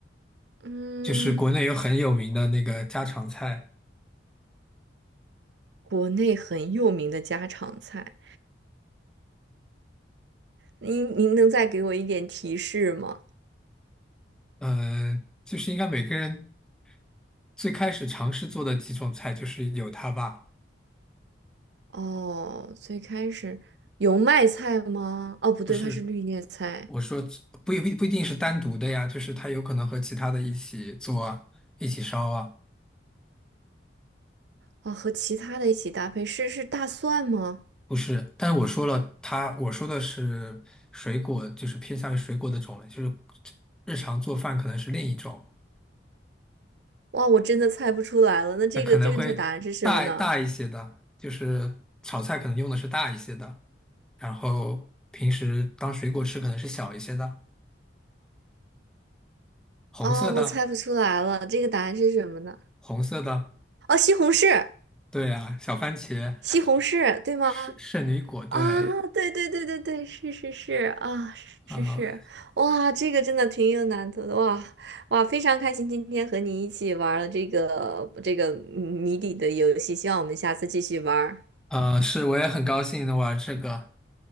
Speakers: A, on the right; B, in the centre.
A: 嗯，
B: 就是国内有很有名的那个家常菜，
A: 国内很有名的家常菜。您您能再给我一点提示吗？
B: 呃，就是应该每个人最开始尝试做的几种菜，就是有它吧。
A: 哦，最开始油麦菜吗？哦，不对，
B: 不是
A: 它是绿叶菜。
B: 我说不不不一定是单独的呀，就是它有可能和其他的一起做啊，一起烧啊，
A: 哦，和其他的一起搭配是是大蒜吗？
B: 不是。但是我说了它，我说的是水果，就是偏向于水果的种类，就是日常做饭可能是另一种，
A: 哇，我真的猜不出来了。那这个正确答案是什么呢？
B: 那可能会大大一些的，就是炒菜可能用的是大一些的，然后平时当水果吃可能是小一些的，红色的，
A: 啊、我猜不出来了。这个答案是什么呢？
B: 红色的，
A: 哦，西红柿，
B: 对啊，小番茄，
A: 西红柿，对吗？
B: 圣圣女果，对。
A: 啊，对对对对对，是是是啊，是是，
B: 啊、呃
A: 哇，这个真的挺有难度的哇哇，非常开心今天和你一起玩了这个这个谜底的游戏，希望我们下次继续玩儿
B: 呃，是，我也很高兴能玩这个。